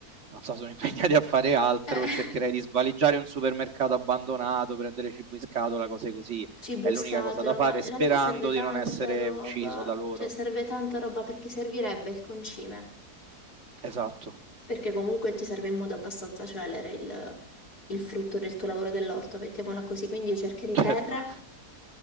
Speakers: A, on the right (about 50°); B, on the left (about 85°).
A: non so, sono impegnati a fare altro
B: eh.
A: e cercherei di
B: <laughs>
A: svaligiare un supermercato abbandonato, prendere cibo in scatola, cose così.
B: Cibo
A: È
B: in
A: l'unica
B: scatola,
A: cosa da
B: ma
A: fare
B: in
A: sperando
B: realtà serve tanta
A: di non essere
B: roba,
A: ucciso da loro.
B: cioè serve tanta roba perché servirebbe il concime,
A: Esatto,
B: perché comunque ti serve in modo abbastanza celere il, il frutto del tuo lavoro dell'orto, mettiamola così, quindi io cercherei
A: certo,
B: terra,